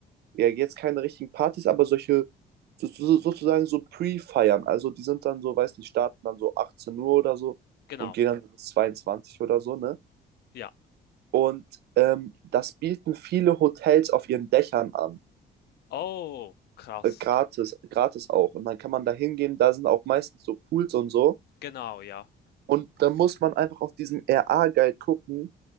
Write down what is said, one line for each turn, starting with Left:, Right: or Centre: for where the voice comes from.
Right: ja, jetzt keine richtigen Partys, aber solche so, so, so, sozusagen so Pre-Feiern. Also die sind dann so, weiß nicht, starten dann so 18 Uhr oder so
Left: Genau.
Right: und gehen dann so bis 22 oder so, ne?
Left: Ja.
Right: Und ähm, das bieten viele Hotels auf ihren Dächern an.
Left: Oh, krass.
Right: Äh, gratis, gratis auch. Und dann kann man da hingehen, da sind auch meistens so Pools und so.
Left: Genau, ja.
Right: Und dann muss man einfach auf diesen RA-Guide gucken.